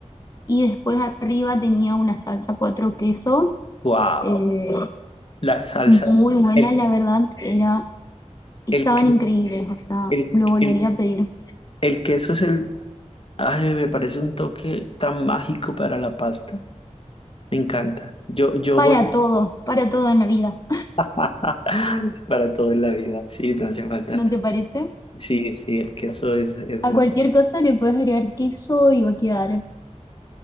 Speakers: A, on the left (about 30°); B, on the left (about 45°).
A: Y después arriba tenía una salsa cuatro quesos,
B: wow.
A: eh,
B: La salsa.
A: muy buena,
B: El,
A: la verdad, era Estaban
B: el, que-
A: increíbles, o sea,
B: el,
A: lo volvería
B: el,
A: a pedir
B: el queso es el. Ay, me parece un toque tan mágico para la pasta. Me encanta. Yo, yo
A: para
B: voy
A: todo, para todo en la vida,
B: <laughs> para todo en la vida. Sí, no hace falta.
A: ¿no te parece?
B: Sí, sí, el queso es, es
A: A
B: más.
A: cualquier cosa le puedes agregar queso y va a quedar,